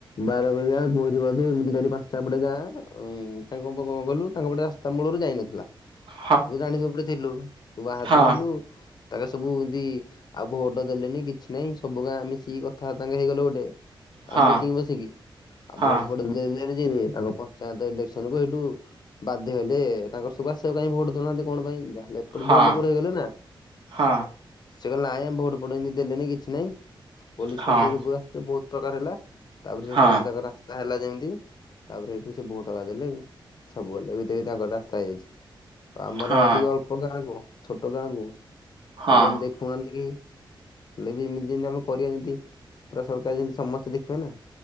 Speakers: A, on the left; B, on the right.
A: ବାର ବଜା ଗୌରିବାଦି ଏମିତି କାଲି ପାଞ୍ଚଟା ଏପଟେ ଗାଁ। ତାଙ୍କ ପାଖକୁ ଗଲୁ ତାଙ୍କପଟେ ଆସ୍ ତା ମୂଳରୁ ଯାଇନଥିଲା।
B: <inaudible>
A: ତୁ ଜାଣିଚୁ ଏପଟେ ଥିଲୁ ତୁ ବାହାରେ
B: ହଁ
A: ତ ଥିଲୁ ତାକୁ ସବୁ ଏମିତି। ଆଉ ଭୋଟ୍ ଦେଲେନି କିଛି ନାଇଁ ସବୁ ଗାଁ ମିଶିକି କଥା ତାଙ୍କେ ହେଇଗଲେ ଗୋଟେ।
B: ହଁ
A: ଆଉ ମିଟିଂ ବସିକି ଆଉ
B: ହଁ
A: ଭୋଟ୍ ଫୋଟ୍ ଦେଲେ। ଏଇନା ଯାଇରେ ତାଙ୍କ ପଞ୍ଚାୟତ ଇଲେକ୍ସନକୁ ସେଇଠୁ। ବାଧ୍ୟ ହେଲେ ତାଙ୍କର ସବୁ ଆସିବାକୁ କାଇଁ ଭୋଟ୍ ଦଉନାହାନ୍ତି କଣ ପାଇଁ ଯାହେଲେ। ଏପଟେ
B: ହଁ
A: ଢେର୍ ଲୋକ ରହିଗଲେ ନା
B: ହଁ
A: ସେ କହିଲେ ନାଇଁ ଆମେ ଭୋଟ୍ ଫୋଟ୍ ଏମିତି ଦେଲେନି କିଛି ନାଇଁ। ପୋଲିସ
B: ହଁ ହଁ
A: ଫୋଲିସ ସବୁ ଆସିଥିଲେ ବହୁତ ପ୍ରକାର ହେଲା ତାପରେ ଶେଷରେ
B: ହଁ
A: ସେଇଠୁ ତାଙ୍କ ରାସ୍ତା। ରାସ୍ତା ହେଲା ଯେମିତି ତାପରେ ସେଇଠୁ ସେ ଭୋଟ୍ ଆକା ଦେଲେ ସବୁ କଲେ ଏବେ ଦେଖ୍ ତାଙ୍କର ରାସ୍ତା ହେଇଯାଇଛି। ଆମର
B: ହଁ
A: ଟିକେ ଅଳ୍ପ ଗାଁକୁ ଛୋଟ ଗାଁକୁ ଟିକେ
B: ହଁ
A: ମାନେ ଦେଖୁ। କୁହନ୍ତି କି ହେଲେ ବି ଏମିତି ଯେମତି ଆମ। କରିବା ଯେମିତି ପୁରା ସରକାର ଯେମିତି ସମସ୍ତେ ଦେଖିବେ ନା।